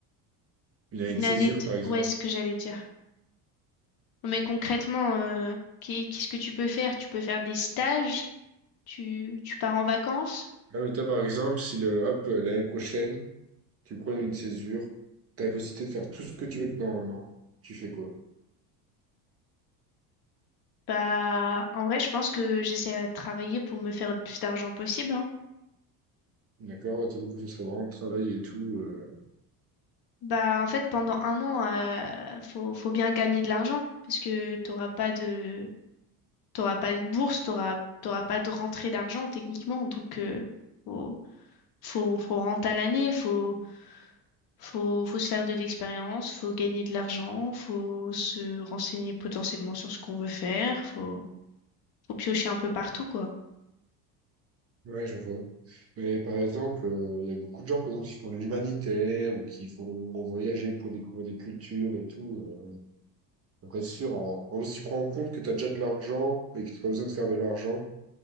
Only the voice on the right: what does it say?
Une année de
césure,
par exemple.
Ah, mais toi, par exemple, si le, hop, euh, l'année prochaine. tu prends une césure, t'as la possibilité de faire tout ce que tu veux pendant un an. Tu fais quoi?
D'accord? Surtout que ce serait vraiment le travail et tout. euh,
Ouais, je vois. Mais par exemple, euh, il y a beaucoup de gens, par exemple, qui font de l'humanitaire ou qui vont voyager pour découvrir des cultures et tout. Euh... Après, c'est sûr, en... en- si tu prends en compte que t'as déjà de l'argent et que tu pas besoin de faire de l'argent,